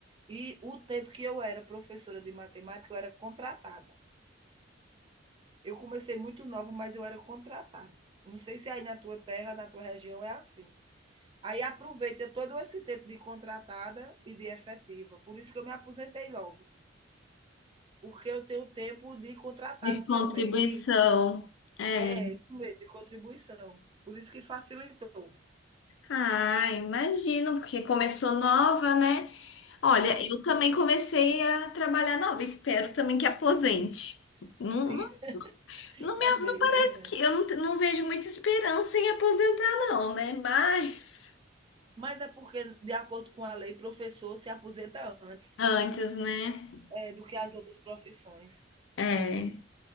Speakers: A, on the right; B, on the left.
A: E o tempo que eu era professora de matemática, eu era contratada. Eu comecei muito nova, mas eu era contratada. Não sei se aí na tua terra, na tua região é assim. Aí aproveita todo esse tempo de contratada e de efetiva. Por isso que eu me aposentei logo, porque eu tenho tempo de contratado
B: de contribuição.
A: também, que
B: É.
A: é isso mesmo, de contribuição. Por isso que facilitou.
B: Ah, imagino, porque começou nova, né? Olha,
A: É,
B: eu também comecei a trabalhar nova. Espero também que aposente. Não,
A: Sim,
B: não,
A: <laughs>
B: não me,
A: é mesmo,
B: não parece
A: né?
B: que eu não, não vejo muita esperança em aposentar, não, né? Mas.
A: mas é porque, de acordo com a lei, professor se aposenta antes
B: Antes, né?
A: é, do que as outras profissões.
B: É, é,